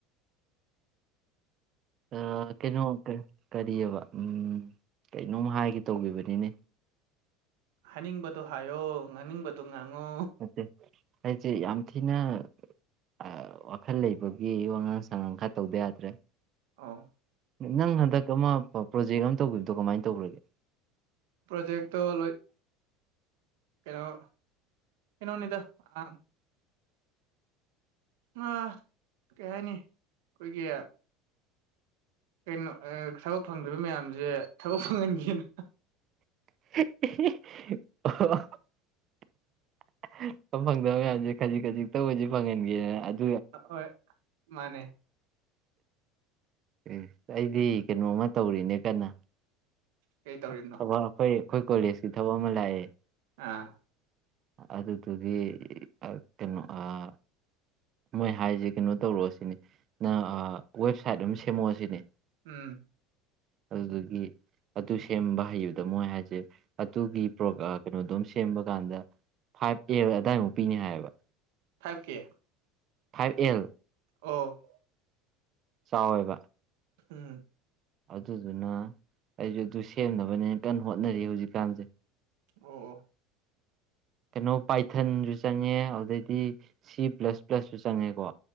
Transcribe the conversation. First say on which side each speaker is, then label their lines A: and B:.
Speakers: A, on the right (about 35°); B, on the right (about 80°).
A: ꯑ ꯀꯩꯅꯣ ꯀꯔꯤꯑꯕ ꯀꯩꯅꯣꯝ ꯍꯥꯏꯒꯦ ꯇꯧꯈꯤꯕꯅꯤꯅꯦ
B: ꯍꯥꯏꯅꯤꯡꯕꯗꯣ ꯍꯥꯏꯌꯣ ꯉꯥꯡꯅꯤꯡꯕꯗꯨꯣ ꯉꯥꯡꯉꯣ
A: ꯅꯠꯇꯦ ꯑꯩꯁꯦ ꯌꯥꯝ ꯊꯤꯅ ꯑ ꯋꯥꯈꯜ ꯂꯩꯕꯒꯤ ꯋꯥꯉꯥꯡ ꯁꯉꯥꯡ ꯈꯔ ꯇꯧꯗ ꯌꯥꯗ꯭ꯔꯦ
B: ꯑꯣ
A: ꯅꯪ ꯍꯟꯗꯛ ꯑꯃ ꯄ꯭ꯔꯣꯖꯦꯛ ꯑꯃ ꯇꯧꯒꯤꯕꯗꯣ ꯀꯃꯥꯏꯅ ꯇꯧꯒ꯭ꯔꯒꯦ
B: ꯄ꯭ꯔꯣꯖꯦꯛꯇꯣ ꯂꯣꯏ ꯀꯩꯅꯣ ꯀꯩꯅꯣꯅꯤꯗ ꯑ ꯑ ꯀꯩ ꯍꯥꯏꯅꯤ ꯑꯩꯈꯣꯏꯒꯤ ꯀꯩꯅꯣ ꯑꯦ ꯊꯕꯛ ꯐꯪꯗ꯭ꯔꯤꯕ ꯃꯌꯥꯝꯁꯦ ꯊꯕꯛ ꯐꯪꯍꯟꯒꯦꯅ
A: <unintelligible> <unintelligible> ꯐꯪꯗꯕ ꯃꯌꯥꯝꯁꯦ ꯈꯖꯤꯛ ꯈꯖꯤꯛꯇ ꯑꯣꯏꯁꯨ ꯐꯪꯍꯟꯒꯦꯅ ꯑꯗꯨ__
B: ꯑꯈꯣꯏ ꯃꯥꯅꯦ
A: ꯑꯦ ꯑꯩꯗꯤ ꯀꯩꯅꯣꯝꯃ ꯇꯧꯔꯤꯅꯦ ꯀꯟꯅ
B: ꯀꯩ ꯇꯧꯔꯤꯕꯅꯣ
A: ꯑ ꯊꯕꯛ ꯑꯩꯈꯣꯏ ꯑꯩꯈꯣꯏ ꯀꯣꯂꯦꯖꯀꯤ ꯊꯕꯛ ꯑꯃ ꯂꯥꯛꯑꯦ
B: ꯑꯥ
A: ꯑꯗꯨꯗꯨꯒꯤ ꯑꯛ ꯀꯩꯅꯣ ꯑꯥ ꯃꯣꯏ ꯍꯥꯏꯖꯦ ꯀꯩꯅꯣ ꯇꯧꯔꯛꯑꯣ ꯁꯤꯅꯤ ꯅꯪ ꯑꯥ ꯋꯦꯕꯁꯥꯏꯠ ꯑꯃ ꯁꯦꯝꯃꯛꯑꯣ ꯁꯤꯅꯦ
B: ꯎꯝ
A: ꯑꯗꯨꯗꯨꯒꯤ ꯑꯗꯨ ꯁꯦꯝꯕ ꯍꯩꯕꯗ ꯃꯣꯏ ꯍꯥꯏꯁꯦ ꯑꯗꯨꯒꯤ ꯄ꯭ꯔꯣꯛ ꯀꯩꯅꯣꯗꯣꯝ ꯁꯦꯝꯕ ꯀꯥꯟꯗ ꯐꯥꯏꯚ ꯑꯦꯜ ꯑꯗꯥꯏꯃꯨꯛ ꯄꯤꯅꯤ ꯍꯥꯏꯌꯦꯕ
B: ꯐꯥꯏꯚ ꯀꯦ
A: ꯐꯥꯏꯚ ꯑꯦꯜ
B: ꯑꯣ
A: ꯆꯥꯎꯌꯦꯕ
B: ꯎꯝ
A: ꯑꯗꯨꯗꯨꯅ ꯑꯩꯁꯨ ꯑꯗꯨ ꯁꯦꯝꯅꯕꯅꯦꯅ ꯀꯟꯅ ꯍꯣꯠꯅꯔꯤ ꯍꯧꯖꯤꯛꯀꯥꯟꯁꯦ
B: ꯑꯣ ꯑꯣ
A: ꯀꯩꯅꯣ ꯄꯥꯏꯊꯟꯁꯨ ꯆꯪꯉꯦ ꯑꯗꯨꯗꯩꯗꯤ ꯁꯤ ꯄ꯭ꯂꯁ ꯄ꯭ꯂꯁꯁꯨ ꯆꯪꯉꯦꯀꯣ